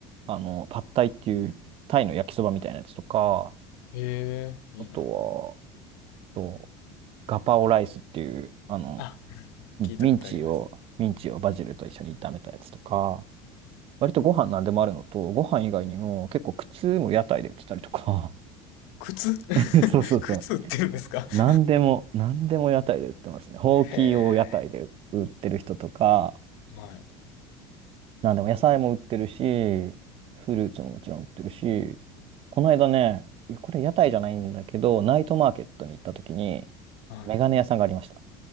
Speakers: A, on the right; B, on the left.
A: あの、パッタイっていうタイの焼きそばみたいなやつとか、
B: ええ、
A: あとは、
B: いいな。
A: とガパオライスっていう、あの、
B: あ、聞いたことあります。
A: ミンチを、ミンチをバジルと一緒に炒めたやつとか、割とご飯なんでもあるのと、ご飯以外にも結構靴も屋台で売ってたりとか、
B: 靴 <laughs>
A: <laughs> そうそうそう。
B: 靴売ってるんですか
A: なんでも、
B: <laughs>
A: なんでも屋台で売ってますね。ほうきを屋台で売ってる人とか、
B: へえ。はい。
A: なんでも野菜も売ってるし、フルーツももちろん売ってるし、この間ね、いやこれ屋台じゃないんだけど、ナイトマーケットに行った時に、
B: はい。
A: メガネ屋さんがありました。